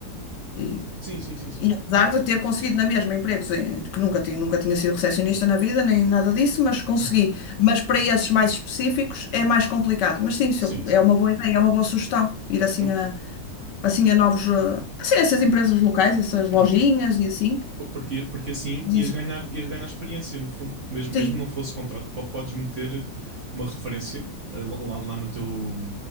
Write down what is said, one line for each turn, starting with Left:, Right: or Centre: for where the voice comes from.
Left: E,
Right: sim, sim, sim, sim.
Left: e apesar de eu ter conseguido na mesma empregos em- que nunca tinha, nunca tinha sido recepcionista na vida, nem nada disso, mas consegui.
Right: Uhum.
Left: Mas para esses mais específicos é mais complicado. Mas sim, se
Right: Sim,
Left: eu-
Right: sim.
Left: é uma boa ideia, é uma boa sugestão ir assim
Right: Por-
Left: a, assim a novos, eh, assim, a essas empresas locais, essas lojinhas
Right: uhum.
Left: e assim.
Right: P- Porque, porque assim
Left: Diz-
Right: ias ganhar, ias ganhar experiência, no fundo. Mesmo,
Left: Sim,
Right: mesmo não fosse contrato, po- podes meter uma referência eh, lá, lá no teu,